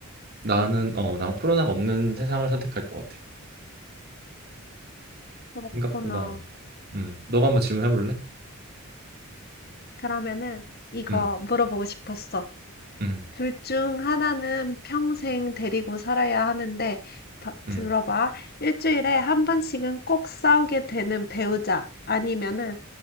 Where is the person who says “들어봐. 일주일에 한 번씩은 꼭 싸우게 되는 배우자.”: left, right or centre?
Left